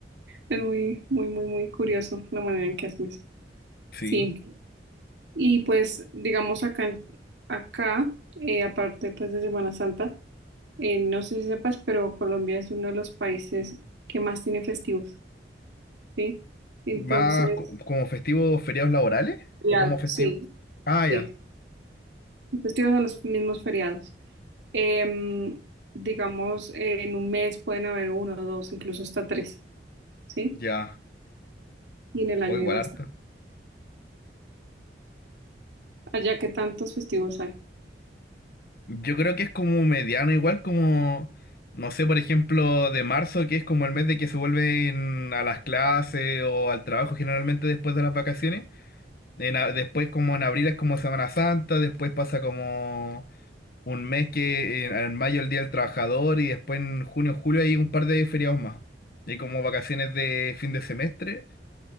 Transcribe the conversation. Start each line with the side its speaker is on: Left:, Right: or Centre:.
Right: es muy, muy, muy, muy curioso la manera en que hacen eso.
Left: Sí.
Right: Sí, y pues digamos acá, acá, eh, aparte pues de Semana Santa, eh, no sé si sepas, pero Colombia es uno de los países que más tiene festivos. ¿sí? Entonces,
Left: ¿Más co- como festivos feriados laborales?
Right: feriados,
Left: ¿O como festivo?
Right: sí,
Left: Ah,
Right: sí,
Left: ya.
Right: festivos son los mismos feriados. Em, digamos, eh, en un mes pueden haber uno, dos, incluso hasta tres, ¿sí?
Left: Ya.
Right: Y en el
Left: O
Right: año
Left: igual
Right: hay bastante.
Left: harto.
Right: Allá que tantos festivos hay,
Left: Yo creo que es como mediano, igual como, no sé, por ejemplo, de marzo, que es como el mes de que se vuelven a las clases o al trabajo generalmente después de las vacaciones. En a- después como en abril es como Semana Santa, después pasa como un mes que en, en mayo el Día del Trabajador y después en junio, julio hay un par de feriados más. Hay como vacaciones de fin de semestre